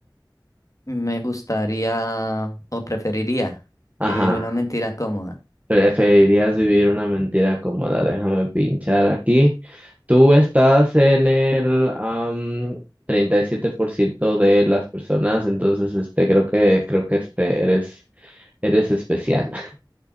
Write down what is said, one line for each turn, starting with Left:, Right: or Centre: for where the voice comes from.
Left: Me gustaría o preferiría
Right: Ajá,
Left: vivir una mentira cómoda.
Right: preferirías vivir una mentira cómoda. Déjame pinchar aquí. Tú estás en el am, 37% de las personas, entonces este creo que creo que este eres Eres especial.